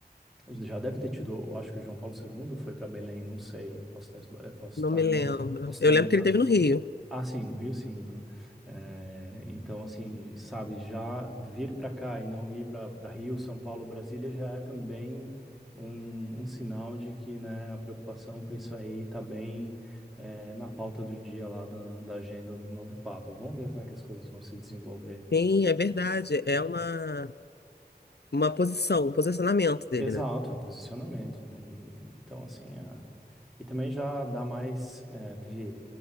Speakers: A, in the centre; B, on the left (about 75°).
A: já deve ter tido, eu acho que o João Paulo segundo foi para Belém, não sei, posso estar, esba- eh, posso
B: Não
A: estar,
B: me lembro.
A: en- posso estar
B: Eu
A: enganado.
B: lembro que ele teve no Rio.
A: Ah, sim, no Rio, sim, né? Eh, então, assim, sabe, já vir para cá e não ir para para Rio, São Paulo, Brasília já é também um, um sinal de que, né, a preocupação com isso aí está bem, eh, na pauta do dia lá da, da agenda do novo Papa. Vamos ver como é que as coisas vão se desenvolver.
B: Sim, é verdade. É uma, uma posição, um posicionamento dele,
A: Exato,
B: né?
A: é um posicionamento, né? E, então, assim, a- e também já dá mais, é, vi-